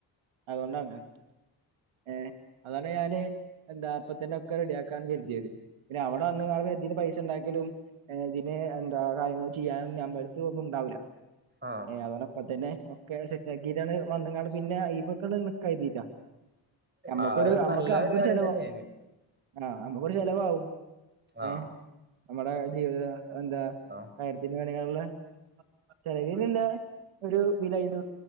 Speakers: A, on the right; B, on the right.
A: അതൊണ്ടാണ് ഏ അതാണ് പിന്നെ ഞാന് എന്താ അപ്പ തന്നെ ഒക്കെ റെഡിയാക്കാന്ന് കരുതിയത്. പിന്നെ അവടെ വന്ന്കാണ്ട് പ്പ ഇതിന് പൈസ ഉണ്ടാക്കലും ഏ ഇതിന് എന്താ കാര്യങ്ങൾ ചെയ്യാനൊന്നും നമ്മടുത്ത് ഒന്നും ഉണ്ടാവൂല്ല.
B: ആഹ്
A: ഏ അതാണ് അപ്പ തന്നെ ഒക്കെ സെറ്റാക്കിട്ടാണ് വന്ന് കാണ്ട് പിന്നെ അയ്മ്മക്കാണ്ട് നിക്കാ കര്തീട്ടാ. ഞമ്മക്കൊരു
B: ആഹ് അത് നല്ല
A: നമുക്ക് നമുക്കൊരു
B: ഒരു കാര്യം
A: ഷെ
B: തന്നെയാണ്
A: ആഹ് അപ്പ കുറെ ചെലവാകും.
B: ആഹ്
A: ഏഹ്... നമ്മുടെ ജീവിത എന്താ
B: ആഹ്
A: കാര്യത്തിന് വേ ണ്ടിക്കാൺല്ലെ. ചിലവിനുള്ള ഒരു വില അയ്ന്ന്